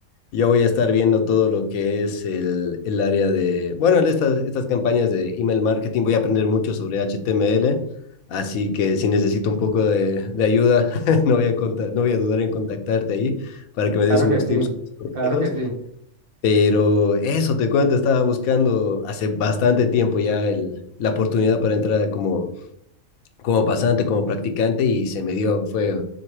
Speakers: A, on the left (about 80°); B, on the right (about 50°).
A: Yo voy a estar viendo todo lo que es el, el área de, bueno, el- estas, estas campañas de email marketing. Voy a aprender mucho sobre HTML, así que si necesito un poco de, de ayuda, <laughs> no voy a conta- no voy a dudar en contactarte ahí para que me des
B: Claro
A: unos
B: que sí,
A: tips, unos
B: claro
A: consejos.
B: que sí.
A: Pero eso te cuento, estaba buscando hace bastante tiempo ya el, la oportunidad para entrar como como pasante, como practicante y se me dio, fue,